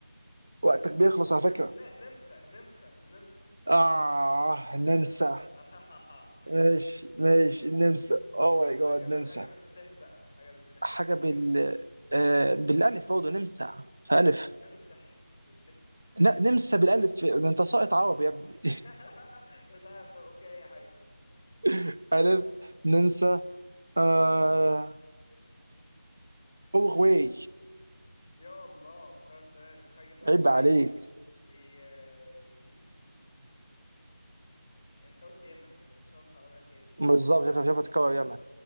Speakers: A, on the right; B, on the left.
A: وقتك بيخلص على فكرة
B: ن- نمسا نمسا نمسا
A: اه
B: ها
A: نمسا
B: <laughs>
A: ماشي ماشي نمسا اوه ماي
B: حاجة
A: جاد
B: ب...
A: نمسا
B: حاجة بالته بقى حاجة بالته
A: حاجة بال آه بالالف برضه نمسا فالف
B: نمسا بالته
A: لا نمسا بالالف ده انت ساقط عربي يا ابني
B: <laughs> مش عارف طب أوكي أي حاجة
A: <laughs> الف نمسا آه اورواي
B: يا الله طب تمام حاجة بحرف
A: عيب
B: ليه
A: عليك
B: ي... ي... انت قلت يمن فمش هينفع اقولها تاني استنى
A: بالظبط شايف شايف تكرر يمن